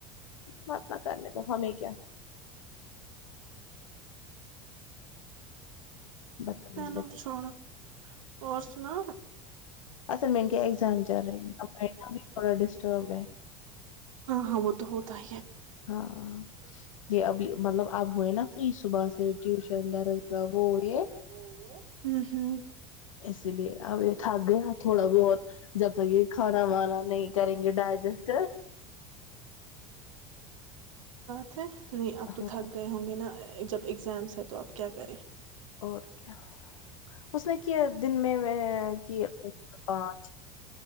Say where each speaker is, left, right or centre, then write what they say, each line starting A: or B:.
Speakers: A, on the left (about 85°); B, on the right (about 85°).
A: مت نہ کرنے تو ہمیں کیا بدتمیز
B: چلو چھوڑو اور سنا
A: اصل میں ایگزام چل رہے ہیں مہاب تھوڑا ڈسٹربڈ ہے
B: ہاں وہ تو ہوتا ہی ہے
A: ہاں جی ابھی
B: ا
A: مطلب اب ہوئے نا فری صبح سے ٹیوشن درزہ وہ یہ
B: ہوں ہوں
A: اسی لیے اب یہ تھک گیا تھوڑا بہت جب تک یہ کھانا وانا نہیں کریں گے ڈائجسٹ
B: ا نہیں آپ تو
A: ہاں
B: تھک گئے ہوں گے نا جب ایگزامس ہے تو اب کیا کریں
A: اور کیا اس نے کیا دن میں کہ پانچ